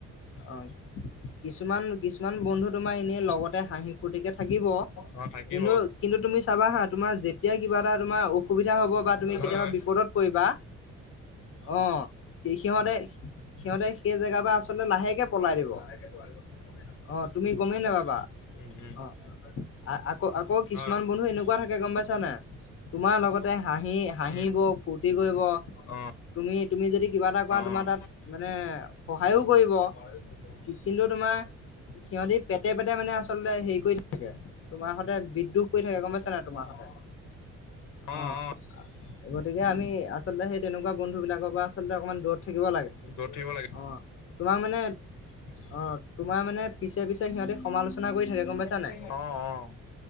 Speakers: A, on the left (about 45°); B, on the left (about 80°).
A: অ কিছুমান কিছুমান বন্ধু তোমাৰ এনেই লগতে হাঁহি ফুুৰ্তিকে থাকিব
B: অ থাকিব
A: কিন্তু কিন্তু তুমি চাবা হা তোমাৰ যেত এতিয়া কিবা এটা তুমাৰ অসুবিধা হব বা তুমি
B: হয়
A: কেতিয়াবা
B: হয়
A: বিপদত পৰিবা অ সি সিহঁতে সিহঁতে সেই জেগা পা আচলতে লাহেক কে পলাই দিব লাহেকে পলাই দিব তুমি গমেই নাপাবা অ
B: উম উম
A: তুমি গমেই নাপাবা অ আ আকৌ আকৌ কিছুমান
B: হয়।
A: বন্ধু এনেকুৱা থাকে গম পাইছা নাই তোমাৰ লগতে হাঁহি হাঁহিব
B: উম,
A: ফূুৰৰ্তি কৰিব
B: অ',
A: তুমি তুমি যদি কিবা এটা কৰা
B: অ',
A: তোমাৰ তাত মানে সহায়ও কৰিব সহায়ো কৰিব অ কিন্তু তোমাৰ সিহতি পেট পেট মানে আছ আচলতে হেৰি কৰি থাকে তোমাৰ সতে বিদ্ৰোষ কৰি থাকে গম পাইছা নাই তোমাৰ হতে
B: অ',
A: অহ
B: অ',
A: গতিকে আমি আচলতে সেই তেনেকুৱা বন্ধু বিলাকৰ পৰা আচলতে অকমান দূৰত থাকিব লাগে
B: পঠিয়াব লাগে
A: অ', তোমাক মানে অঁ তোমাৰ মানে পিছে পিছে সিহঁতে সমালোচ শুনা কৰি থাকে গম
B: অ',
A: পাইছা নে নাই?
B: অ', অ',